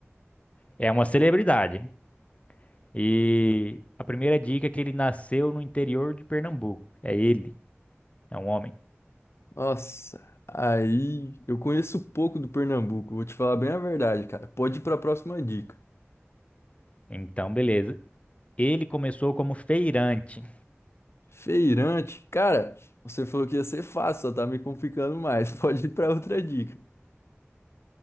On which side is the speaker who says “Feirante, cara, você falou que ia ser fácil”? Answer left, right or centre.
Left